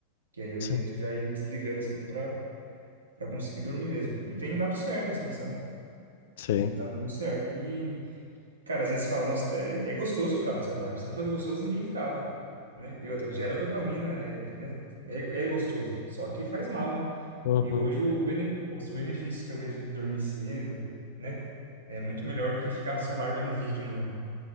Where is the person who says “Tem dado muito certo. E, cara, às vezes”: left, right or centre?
Right